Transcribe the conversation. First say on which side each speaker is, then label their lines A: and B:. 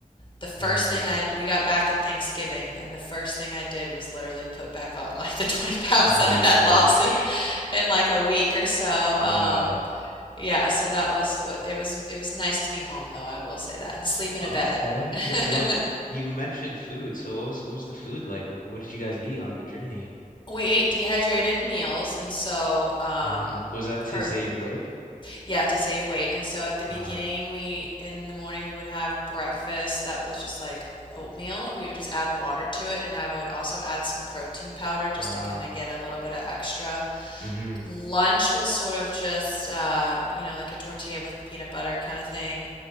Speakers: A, on the left (about 35°); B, on the left (about 80°).
A: the first
B: hmm
A: thing I we got back at Thanksgiving, and the first thing I did was literally put back on <laughs> like the 20 pounds
B: Oh
A: that
B: my
A: I had
B: gosh.
A: lost in in like a week or so.
B: Wow.
A: Um, yeah, so that was what it was. It was nice to be home though, I will say that, and sleep in
B: Okay.
A: a bed. <laughs>
B: Yeah, well, you mentioned food, so what was what was the food like? Like, what did you guys eat on the journey?
A: We ate dehydrated meals, and so um,
B: hmm Was that to
A: for
B: save weight?
A: Yeah, to save weight. And so at the
B: Wow.
A: beginning, we in the morning we would have breakfast that was just like oatmeal, and we would just add water to it, and I would also add some protein powder just
B: Wow.
A: to kind of get a little bit of extra.
B: hmm
A: Lunch was sort of just uh, you know, like a tortilla with peanut butter kind of thing.